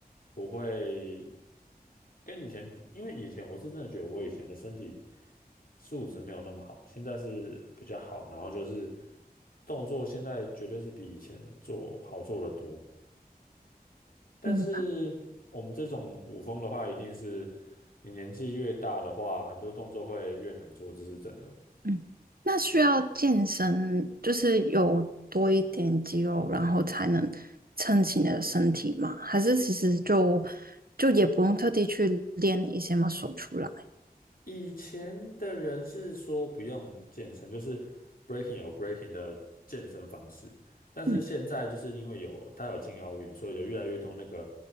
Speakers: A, on the left; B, on the right.
A: 不会跟以前比，因为以前我是真的觉得我以前的身体素质没有那么好，现在是比较好，然后就是动作现在绝对是比以前做好做得多。但是我们这种舞风的话，
B: 明白。
A: 一定是你年纪越大的话，很多动作会越难做，这是真的。
B: 嗯，那需要健身，就是有多一点肌肉，然后才能撑起你的身体吗？还是其实就就也不用特地去练一些嘛，u 出来？
A: 以前的人是说不用健身，就是 breaking 有 breaking 的健身方式，但是现在就是因为有它有进奥运，
B: 嗯
A: 所以有越来越多那个